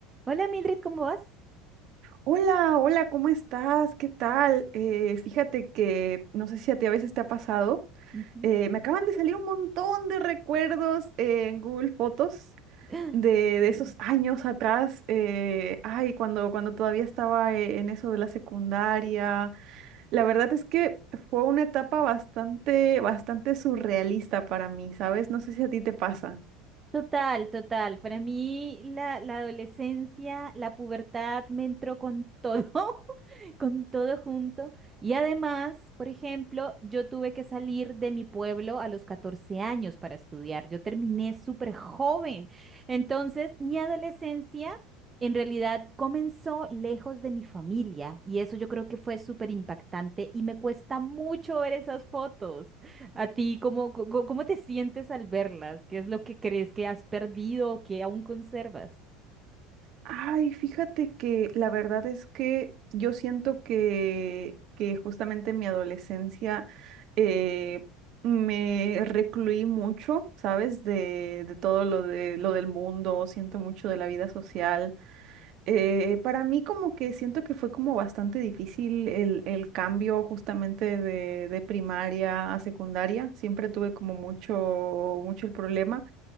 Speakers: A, on the right (about 25°); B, on the right (about 50°).
A: Hola Mildred, ¿cómo vas?
B: Hola, hola, ¿cómo estás? ¿Qué tal? Eh, fíjate que no sé si a ti a veces te ha pasado.
A: Ujú.
B: eh, me acaban de salir un montón de recuerdos eh, en Google Fotos
A: <gasps>
B: de, de esos
A: Y-
B: años atrás. eh, ay, cuando, cuando todavía estaba eh, en eso de la secundaria. La verdad es que fue una etapa bastante, bastante surrealista para mí, ¿sabes? No sé si a ti te pasa.
A: Total, total. Para mí la, la adolescencia, la pubertad me entró con todo, <laughs> con todo junto. Y además, por ejemplo, yo tuve que salir de mi pueblo a los 14 años para estudiar. Yo terminé súper joven. Entonces, mi adolescencia en realidad comenzó lejos de mi familia y eso yo creo que fue súper impactante y me cuesta mucho ver esas fotos. A ti, ¿cómo, cómo cómo te sientes al verlas? ¿Qué es lo que crees que has perdido o que aún conservas?
B: Ay, fíjate que la verdad es que yo siento que, que justamente en mi adolescencia eh, me recluí mucho, ¿sabes? De, de todo lo de lo del mundo, siento mucho de la vida social. Eh, para mí como que siento que fue como bastante difícil el, el cambio justamente de, de primaria a secundaria. Siempre tuve como mucho, mucho el problema.